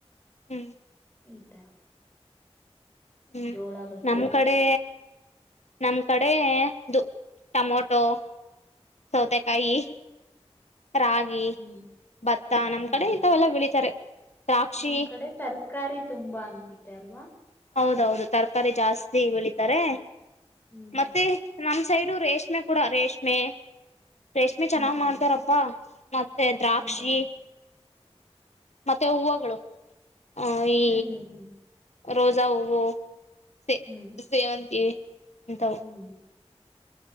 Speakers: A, on the left (about 85°); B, on the left (about 20°).
A: ಹ್ಮ್
B: ಈ ತರ
A: ಹ್ಮ್
B: ಜೋಳ ಬೆಳಿತಾರೆ
A: ನಮ್ಮ್ ಕಡೆ ನಮ್ ಕಡೆ ದು ಟಮೊಟೊ ಸೌತೆ ಕಾಯಿ ರಾಗಿ
B: ಹ್ಮ್
A: ಭತ್ತ ನಮ್
B: ಹ್ಮ್
A: ಕಡೆ
B: ಹ್ಮ್
A: ಇಂತವೆೆಲ್ಲ ಬೆಳಿತಾರೆ ದ್ರಾಕ್ಷಿ
B: ನಿಮ್ ಕಡೆ ತರಕಾರಿ ತುಂಬಾ ಅನ್ಸತ್ತೆ ಅಲ್ವಾ
A: ಹೌದು ತರಕಾರಿ ಜಾಸ್ತಿ ಬೆಳಿತಾರೆ
B: ಹ್ಮ್
A: ಮತ್ತೆ ನಮ್ ಸೈಡು ರೇಷ್ಮೆ ಕೂಡ ರೇಷ್ಮೆ <unintelligible> ರೇಷ್ಮೆ ಚೆನ್ನಾಗ್
B: ಹ್ಮ್ ಹ್ಮ್
A: ಮಾಡ್ತಾರಪ್ಪಾ <unintelligible> ಮತ್ತೆ ದ್ರಾಕ್ಷಿ
B: ಹೌದಾ
A: <unintelligible> ಮತ್ತೆ ಹೂವುಗಳು ಆ ಈ
B: ಹ್ಮ್ ಹ್ಮ್ ಹ್ಮ್
A: ರೋಜಾ ಹೂವು ಸೇ
B: ಹ್ಮ್
A: ಸೇವಂತಿ ಇಂತವು
B: ಹ್ಮ್